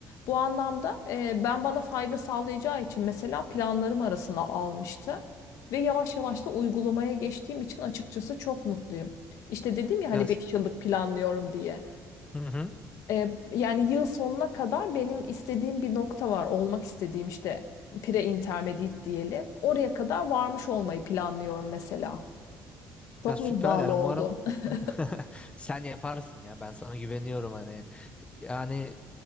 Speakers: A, on the left; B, on the left.
A: Bu anlamda e, ben bana fayda sağlayacağı için mesela planlarım arasına almıştı. Ve yavaş yavaş da uygulamaya geçtiğim için açıkçası çok mutluyum. İşte dedim ya hani
B: Ya, s-
A: 5 yıllık planlıyorum diye.
B: hı hı.
A: Ee, yani yıl sonuna kadar benim istediğim bir nokta var. Olmak istediğim işte pre-intermediate diyelim. Oraya kadar varmış olmayı planlıyorum mesela. Çok
B: Ya süper
A: mu iddialı
B: yani
A: oldu?
B: umarım
A: <laughs>
B: o- <laughs> sen yaparsın ya ben sana güveniyorum hani yani